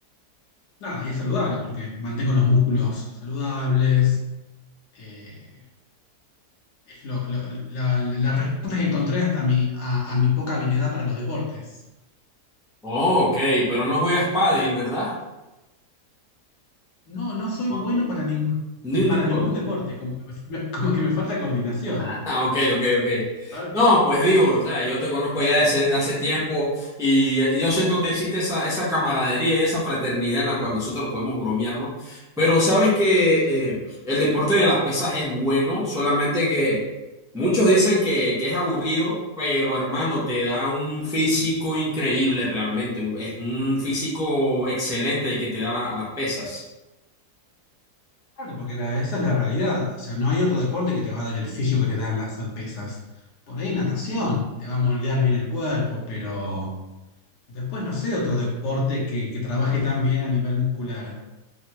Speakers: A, on the left; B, in the centre.
A: Nada, y es saludable porque mantengo los músculos saludables. eh, lo- lo- la, la- la respuesta que encontré hasta mi, a, a mi poca habilidad para los deportes.
B: Oh, ok, pero no juegas pádel, ¿verdad?
A: No, no soy
B: No.
A: bueno para ningún, <laughs>
B: Ni un
A: para
B: deporte.
A: ningún deporte, como que me, <laughs> como que me falta coordinación.
B: Ah, ok, ok, ok.
A: Eh, ahora-
B: No, pues digo, o sea, yo te conozco ya hace, hace tiempo y, eh, yo siento que existe esa, esa camaradería y esa fraternidad en la cual nosotros podemos bromearnos. Pero sabes que eh, el deporte de las pesas es bueno, solamente que muchos dicen que, que es aburrido, pero hermano, te da un físico increíble realmente. Es un físico excelente el que te da la- las pesas.
A: claro, porque la- esa es la realidad. O sea, no hay otro deporte que te va a dar el fisio que te dan las pesas. Por ahí natación, te va a moldear bien el cuerpo, pero después no sé otro deporte que, que trabaje tan bien a nivel muscular.